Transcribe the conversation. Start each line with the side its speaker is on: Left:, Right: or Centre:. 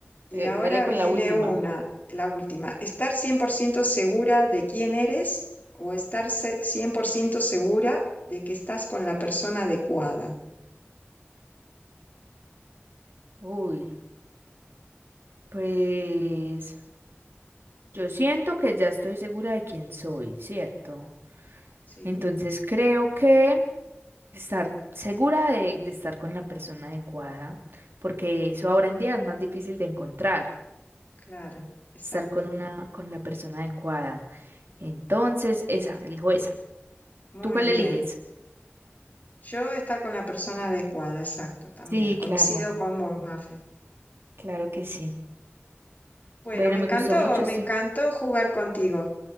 Left: y
Right: eh,
Left: ahora
Right: dale con
Left: viene
Right: la última.
Left: una, la última. ¿Estar 100% segura de quién eres o estar se- 100% segura de que estás con la persona adecuada?
Right: Uy, pues yo siento que ya estoy segura de quién soy, ¿cierto?
Left: Sí,
Right: Entonces creo que estar segura de, de estar con la persona adecuada, porque eso ahora en día es más difícil de encontrar,
Left: claro, exacto.
Right: estar con una, con la persona adecuada. Entonces, esa, elijo esa.
Left: Muy
Right: ¿Tú cuál
Left: bien.
Right: eliges?
Left: Yo estar con la persona adecuada, exacto, también.
Right: Sí,
Left: Coincido
Right: claro,
Left: con vos, Mafe.
Right: claro que sí.
Left: Bueno,
Right: Bueno,
Left: me encantó,
Right: me gustó mucho
Left: me
Right: este.
Left: encantó jugar contigo.